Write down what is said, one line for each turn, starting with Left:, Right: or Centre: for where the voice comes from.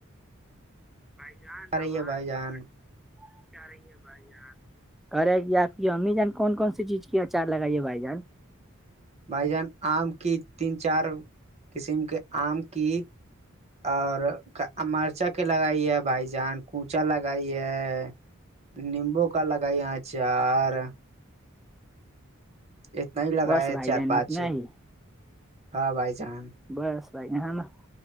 Centre: بھائی جان
Right: رہی
Centre: آواز
Right: ہے بھائی جان
Centre: کٹٹ ج رہی ہے بھائی جان <unintelligible> کرے گی آپ کی امی جان کون کون سی چیز کی اچار لگائیے بھائی جان
Right: بھائی جان آم کی تین چار قسم کے آم کی اور امرچک لگائی ہے بھائی جان کوچا لگائی ہے نمبو ک لگائی یہاں چار اتنا ہی لگایا
Centre: بس بھائی
Right: چار
Centre: جان
Right: پانچ
Centre: اتنا ہی
Right: ہاں بھائی جان
Centre: بس بھائیے ہے نا <unintelligible>